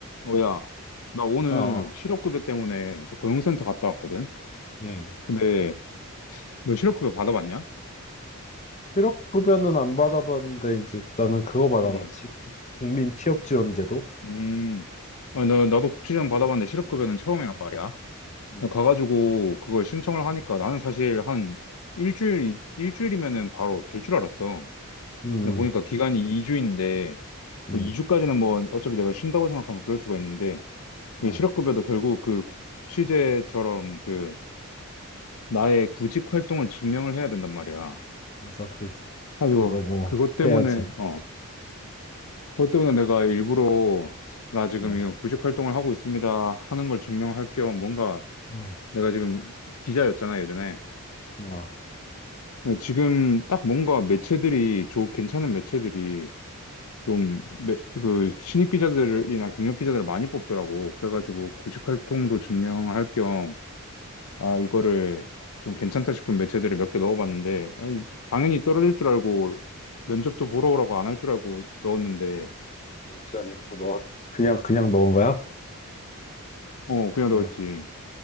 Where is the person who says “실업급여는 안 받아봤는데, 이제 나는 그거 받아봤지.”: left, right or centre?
Left